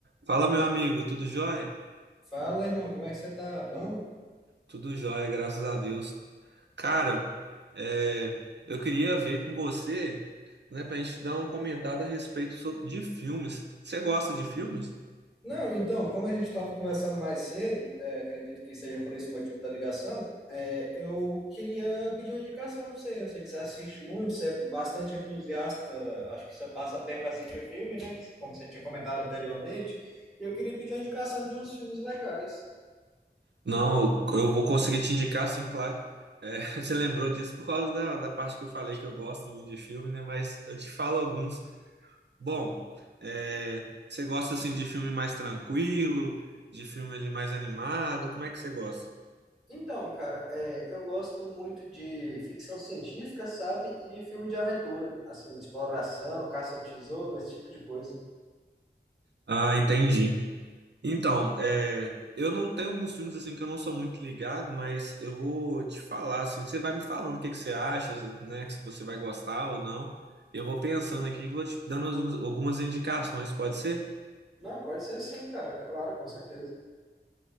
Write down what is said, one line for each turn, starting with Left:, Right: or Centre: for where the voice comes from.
Right: Fala, meu amigo, tudo jóia?
Centre: Fala, irmão, como é que você tá? Bom?
Right: Tudo jóia, graças a Deus. Cara, é, eu queria ver com você, né, pra gente dar uma comentada a respeito sobre, de filmes. Você gosta de filmes?
Centre: Não, então, como a gente estava conversando mais cedo, é, acredito que seja por esse motivo da ligação, é, eu queria pedir uma indicação para você. Eu sei que você assiste muito, você é bastante entusiasta, acho que você passa tempo assistir filme, né? Como você tinha comentado anteriormente. E eu queria pedir uma indicação de uns filmes legais.
Right: Não, eu vou conseguir te indicar, sim, claro. É, <laughs> você lembrou disso por causa da, da parte que eu falei que eu gosto muito de filme, né? Mas eu te falo alguns. Bom, é, você gosta, assim, de filme mais tranquilo, de filme ali mais animado? Como é que você gosta?
Centre: Então, cara, é, eu gosto muito de ficção científica, sabe? E filme de aventura, assim, de exploração, caça ao tesouro, esse tipo de coisa.
Right: Ah, entendi. Então, é, eu não tenho alguns filmes assim que eu não sou muito ligado, mas eu vou te falar assim, você vai me falando o que que você acha, né, se você vai gostar ou não. Eu vou pensando aqui e vou te dando as- algumas indicações, pode ser?
Centre: Não, pode ser sim, cara, claro, com certeza.